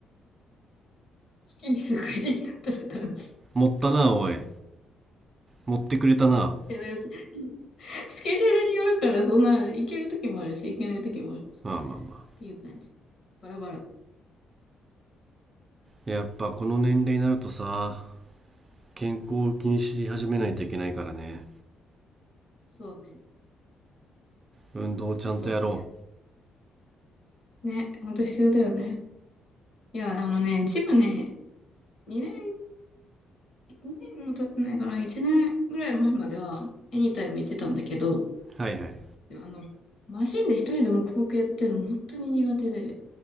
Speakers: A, on the left; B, on the right.
A: 月に数回でいいんだったらダンス。
B: 持ったな、おい。持ってくれたな。
A: いや、だからスケジュールによるから、そんな、行ける時もあるし、行けない時もあるし、
B: まあまあまあ。
A: っていう感じ。バラバラ。
B: やっぱこの年齢になるとさ、健康を気にし始めないといけないからね。
A: そうね。
B: 運動をちゃんとやろ
A: そうだね。ね、ほんと必要だよね。いや、あのね、ジムね、2年、2年も経ってないかな、1年ぐらい前までは、エニタイム行ってたんだけど、
B: はいはい。
A: でもあの、マシンで一人で黙々やってるの本当に苦手で、